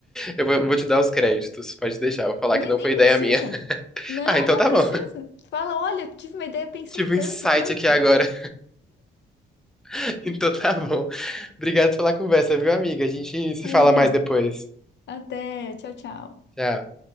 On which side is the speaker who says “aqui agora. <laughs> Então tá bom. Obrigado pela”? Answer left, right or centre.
Centre